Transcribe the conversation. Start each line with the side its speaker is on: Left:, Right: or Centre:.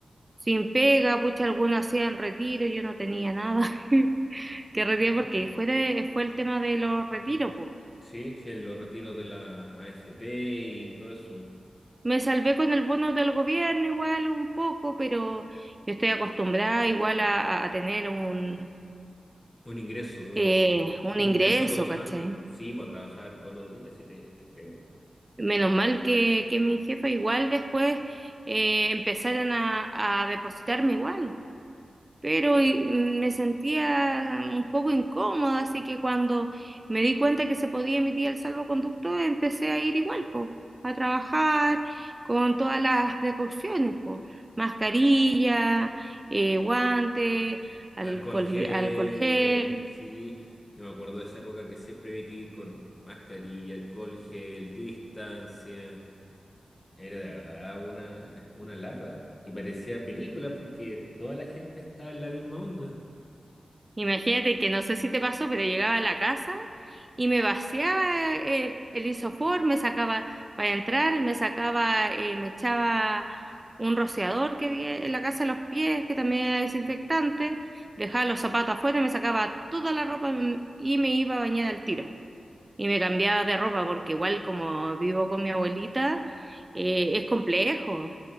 Right: sin pega, pucha, algunos hacían retiro, yo no tenía nada <laughs> que retirar porque fue, de- fue el tema de los retiros, pues.
Left: mm, Sí, sí, los retiros de la AFP y todo eso.
Right: Me salvé con el bono del gobierno igual un poco, pero yo estoy acostumbrada igual a, a- a tener un,
Left: Un ingreso, sos-
Right: eh, un
Left: un
Right: ingreso,
Left: ingreso constante.
Right: ¿cachai?
Left: Sí, para trabajar todos los días, sí te, te creo.
Right: Menos mal que, que mi jefa igual después eh, empezaron a, a depositarme igual. pero y- mm, me sentía un poco incómoda, así que cuando me di cuenta que se podía emitir el salvoconducto, empecé a ir igual, po, a trabajar con todas las precauciones, po, mascarilla, eh, guante, alcohol,
Left: Alcohol gel,
Right: alcohol gel.
Left: sí. Yo me acuerdo de esa época que siempre había que ir con mascarilla, alcohol gel, distancia. Era de verdad una, eh, una lata. Y parecía película porque toda la gente estaba en la misma onda.
Right: Imagínate que no sé si te pasó, pero llegaba a la casa y me vaciaba eh, el isofor, me sacaba para entrar, me sacaba, eh, me echaba un rociador que había en la casa de los pies, que también era desinfectante, dejaba los zapatos afuera, me sacaba toda la ropa y me iba a bañar al tiro. Y me cambiaba de ropa porque igual como vivo con mi abuelita, eh, es complejo.